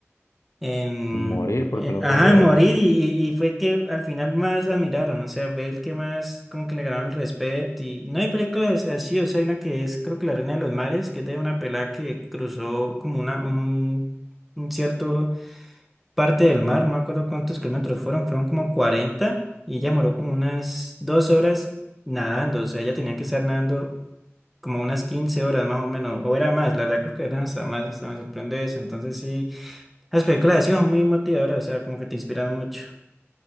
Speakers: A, in the centre; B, on the left.
A: en,
B: Morir porque
A: eh,
B: no
A: ajá,
B: cogí armas.
A: en morir y, y- y fue el que al final más admiraron, o sea, fue el que más como que le ganaron el respeto y, y no hay películas así, o sea, hay una que es creo que La Reina de los Mares, que es de una pelada que cruzó como una, un, un cierto parte del mar, no me acuerdo cuántos kilómetros fueron, fueron como 40 y ella moró como unas dos horas nadando, o sea, ella tenía que estar nadando como unas 15 horas más o menos, o era más, la verdad creo que eran hasta más, hasta me sorprende eso, entonces sí, las películas así son muy motivadoras, o sea, como que te inspiran mucho.